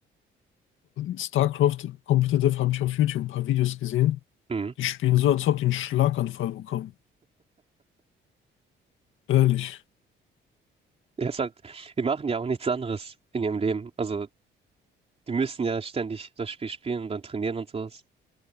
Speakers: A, on the left; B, on the right.
A: StarCraft Competitive habe ich auf YouTube ein paar Videos gesehen.
B: Mhm.
A: Die spielen so, als ob die einen Schlaganfall bekommen. Ehrlich.
B: Ja, ist halt, die machen ja auch nichts anderes in ihrem Leben. Also, die müssen ja ständig das Spiel spielen und dann trainieren und sowas.